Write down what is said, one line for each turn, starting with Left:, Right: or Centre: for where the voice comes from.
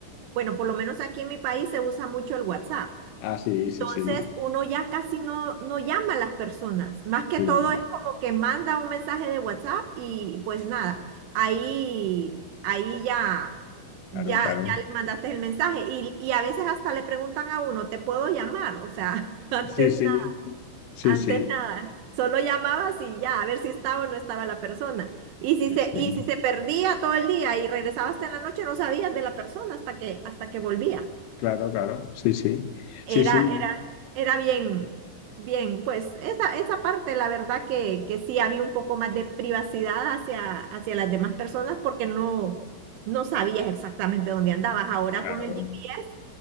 Right: bueno, por lo menos aquí en mi país se usa mucho el WhatsApp.
Left: Ah, sí,
Right: Entonces,
Left: sí, sí.
Right: uno ya casi no, no llama a las personas. Más que
Left: Sí,
Right: todo es como que manda un mensaje de WhatsApp y pues nada, ahí, ahí ya, ya,
Left: claro, claro.
Right: ya le mandaste el mensaje. Y, y a veces hasta le preguntan a uno, ¿te puedo llamar? O sea, <laughs> antes
Left: Sí, sí,
Right: nada.
Left: sí,
Right: Antes
Left: sí,
Right: nada, solo llamabas y ya, a ver si estaba o no estaba la persona. Y si
Left: sí,
Right: se,
Left: sí.
Right: y si se perdía todo el día y regresabas hasta en la noche, no sabías de la persona hasta que, hasta que volvía.
Left: Claro, claro, sí, sí.
Right: Era,
Left: Sí, sí,
Right: era, era bien, bien, pues esa, esa parte, la verdad que, que sí había un poco más de privacidad hacia, hacia las demás personas porque no, no sabías exactamente dónde andabas. Ahora
Left: claro.
Right: con el GPS,